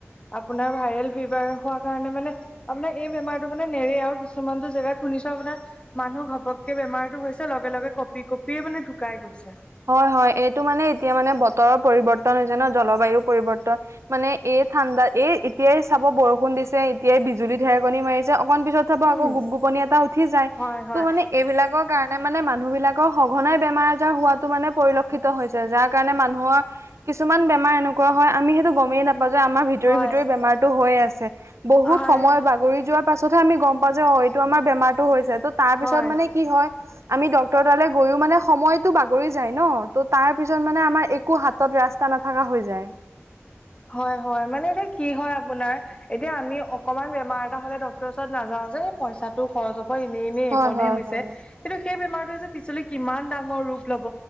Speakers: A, on the left; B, on the right.
A: আপোনাৰ ভাইৰেল ফিভাৰ হোৱাৰ কাৰণে মানে আপোনাৰ এই বেমাৰটো মানে নেৰে আৰু কিছুমানটো জেগাত শুনিছো আপোনাৰ মানুহ ঘপককে বেমাৰতো হৈছে লগে লগে কঁপি কঁপিয়ে মানে ঢুকাই গৈছে।
B: হয় হয়, এইটো মানে এতিয়া মানে বতৰৰ পৰিৱৰ্তন হৈছে ন জলবায়ু পৰিৱৰ্তন। মানে এই ঠাণ্ডা এ, এতিয়াই চাব বৰষুণ দিছে এতিয়াই বিজুলী ধেৰেকনী মাৰিছে, অকমান পিছত তাপা
A: উম।
B: আকৌ গোপ গোপনি এটা উঠি যায়,
A: হয় হয়
B: ত' মানে এইবিলাকক কাৰণে মানে মানুহ বিলাকৰ সঘনাই বেমাৰ আজাৰ হোৱাত মানে পৰিলক্ষিত হৈছে যাৰ কাৰণে মানুহৰ কিছুমান বেমাৰ এনেকুৱা হয় আমি সেইটো গমেই নাপ পাওঁ যে আমাৰ ভিতৰি
A: হয়
B: ভিতৰি বেমাৰতো হৈয়ে আছে। বহুত
A: আৰু
B: সময় বাগ গৰি যোৱাৰ পাছতহে আমি গম পাওঁ যে অ', এইটো আমাৰ বেমাৰতো হৈছে ত' তাৰ পিছত
A: হয়
B: মানে কি হয় আমি ডক্টৰ তালৈ গৈও মানে সময়তো বা গৰি যায় ন, ত' তাৰ পিছত মানে আমাৰ একো হাতত ৰাস্তা নাথাকা হৈ যায়।
A: হয় হয়, মানে এতিয়া কি হয় আপোনাৰ এতিয়া আমি অকনমান বেমাৰ এটা হ'লে ডক্টৰৰ ওচৰত নাযাও যে এই পইচা টো খৰচ হ ব এনেই এনেই
B: হয়
A: এইকণহে
B: হয়
A: হৈছে,
B: হয়।
A: কিন্তু সেই বেমাৰটোৱে যে পিছলৈ কিমান ডাঙৰ ৰূপ লব